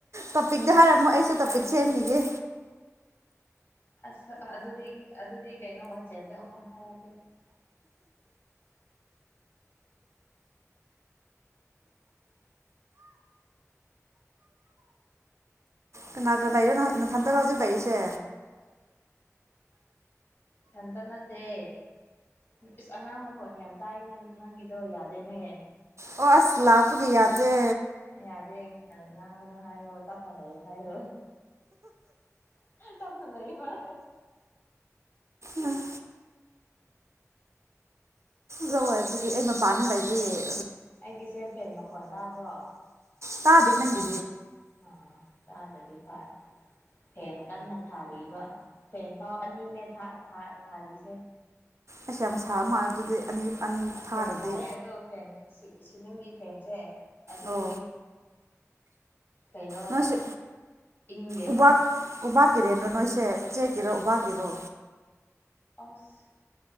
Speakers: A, on the right; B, on the left.
A: ꯇꯣꯄꯤꯛꯇ ꯍꯥꯏꯔꯝꯃꯣ ꯑꯩꯁꯨ ꯇꯣꯄꯤꯛꯁꯕꯤꯒꯦ
B: ꯑꯁ ꯑꯗꯨꯗꯤ ꯑꯗꯨꯗꯤ ꯀꯩꯅꯣ ꯋꯥꯆꯦꯜꯗ ꯑꯃꯨꯛ ꯍꯥꯏꯔꯛꯒꯦ
A: ꯀꯅꯥ ꯀꯅꯥꯏꯔꯣ ꯅꯊꯟꯗꯔ ꯍꯧꯖꯤꯛ ꯂꯥꯛꯔꯤꯁꯦ
B: ꯏꯊꯟꯇ ꯅꯠꯇꯦ ꯏꯁꯁ ꯑꯉꯥꯡ ꯃꯈꯣꯟ ꯌꯥꯝ ꯇꯥꯏꯅꯦ ꯅꯪꯒꯤꯗꯣ ꯌꯥꯗꯦꯅꯦ
A: ꯑꯣ ꯑꯁ ꯂꯥꯛꯄꯒꯤ ꯑꯖ
B: ꯌꯥꯗꯦ ꯉꯥꯡꯒꯅꯨ ꯍꯥꯏꯌꯣ ꯇꯞꯅ ꯂꯩꯥꯛꯌꯣ ꯍꯥꯏꯌꯣ ꯇꯞꯅ ꯂꯌꯣ ꯍ
A: ꯎꯝ ꯜꯂ ꯍꯥꯏꯖꯒ ꯑꯩ ꯃꯄꯥꯟꯗ ꯂꯩꯖꯩꯑꯌꯦ
B: ꯑꯩꯒꯤꯁꯦ ꯐꯦꯟ ꯃꯈꯣꯟ ꯇꯥꯕ꯭ꯔꯣ
A: ꯇꯥꯗꯦ ꯅꯪꯗ
B: ꯑ ꯇꯥꯔ꯭ꯔꯗꯤ ꯐꯔ ꯐꯦꯟ ꯀꯟꯅ ꯊꯥꯔꯤꯕ ꯐꯦꯟ ꯐꯥꯎ ꯑꯅꯤꯅꯦ ꯊꯥꯔꯤꯁꯦ
A: ꯑꯁ ꯌꯥꯝ ꯁꯥꯕ ꯃꯥꯜꯂꯦ ꯑꯗꯨꯗꯤ ꯑꯅꯤ ꯑꯅꯤ
B: ꯑꯁꯤ
A: ꯊꯥꯔꯗꯤ
B: ꯌꯥꯝꯁꯥꯔꯦꯣ ꯐ ꯁꯤ ꯁꯤꯂꯤꯡꯒꯤ ꯐꯦꯟꯁꯦ ꯑꯁꯤꯗꯤ
A: ꯑꯣ
B: ꯀꯩꯅꯣ
A: ꯅꯣꯏꯁꯦ
B: ꯏꯪꯗꯦꯕ
A: ꯎꯕꯥꯛ ꯎꯕꯥꯛ ꯀꯦꯔꯦꯟꯗ꯭ꯔꯣ ꯅꯣꯏꯁꯦ ꯆꯦ ꯀꯔꯣ ꯎꯕ ꯀꯔꯣ
B: ꯑꯁ